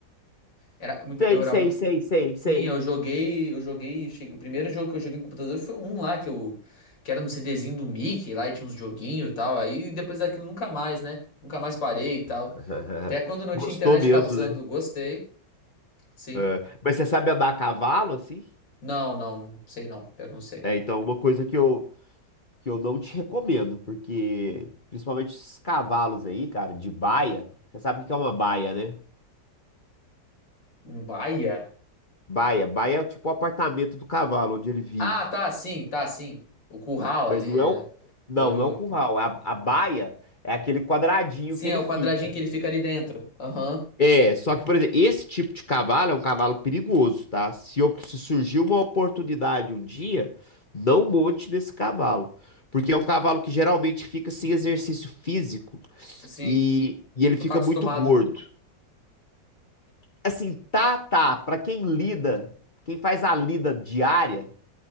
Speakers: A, on the left; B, on the left.
A: Era, mui-
B: Sei,
A: eu era
B: sei,
A: muito.
B: sei, sei,
A: Sim,
B: sei.
A: eu joguei, eu joguei, cheguei- o primeiro jogo que eu joguei no computador foi um lá que eu que era no CDzinho do Mickey, lá e tinha uns joguinhos e tal. Aí depois daquilo nunca mais, né? Nunca mais parei e tal.
B: <laughs>
A: Até quando não
B: Gostou
A: tinha internet
B: mesmo,
A: ficava usando,
B: né?
A: gostei. Sim.
B: É. Mas você sabe andar a cavalo, assim?
A: Não, não, não sei não, pior que não sei.
B: É, então, uma coisa que eu, que eu não te recomendo, porque principalmente esses cavalos aí, cara, de baia. Você sabe o que é uma baia, né?
A: Um Baia?
B: Baia. Baia é tipo o apartamento do cavalo onde ele vive.
A: Ah, tá, sim, tá, sim. O curral ali
B: Mas não
A: é
B: é o, não,
A: eu-
B: não é o curral. A, a baia é aquele quadradinho
A: Sim,
B: que ele
A: é o
B: fica.
A: quadradinho que ele fica ali dentro. Aham.
B: É, só que, por exemplo, esse tipo de cavalo é um cavalo perigoso, tá? Se, eu- se surgir uma oportunidade um dia, não monte nesse cavalo. Porque é um cavalo que geralmente fica sem exercício físico
A: Sim.
B: e, e
A: Não
B: ele fica
A: tá acostumado.
B: muito gordo. Assim, tá, tá. Pra quem lida, quem faz a lida diária,